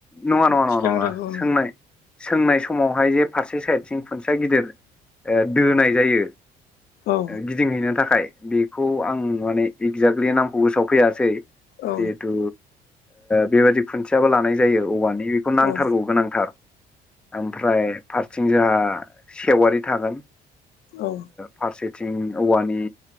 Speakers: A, in the centre; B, on the left (about 65°).
A: नङा नङा नङा
B: थिखांग्राखौ
A: नङ नङा सोंनाय सोंनाय समावहाय जे फारसे साइदथिं खुनथिया गिदिर दोनाय जायो
B: औ
A: गिदिंहैनो थाखाय बेखौ आं माने एगजेक्टलि नामखौ गोसोआव फैयासै
B: औ
A: जिहेथु बेबायादि खुन्थियाबो लानाय जायो औवानि बेखौ नांथारगौ
B: औ
A: गोनांथार ओमफ्राय फारथिं जोंहा सेवारि थागोन
B: औ
A: फारसेथिं औवानि